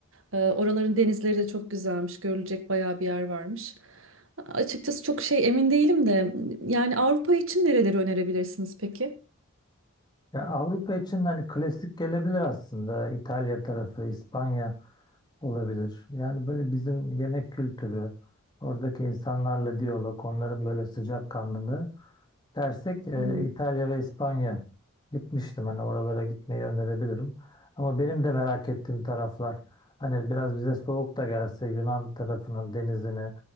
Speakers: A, on the right (about 75°); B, on the left (about 20°).
A: e, oraların denizleri de çok güzelmiş. Görülecek bayağı bir yer varmış. Açıkçası çok şey emin değilim de yani Avrupa için nereleri önerebilirsiniz peki?
B: Ya Avrupa için hani klasik gelebilir aslında. İtalya tarafı, İspanya olabilir. Yani böyle bizim yemek kültürü, oradaki insanlarla diyalog, onların böyle sıcakkanlılığı dersek e,
A: Hmm.
B: İtalya ve İspanya gitmiştim. Hani oralara gitmeyi önerebilirim. Ama benim de merak ettiğim taraflar hani biraz bize soğuk da gelse Yunan tarafının denizini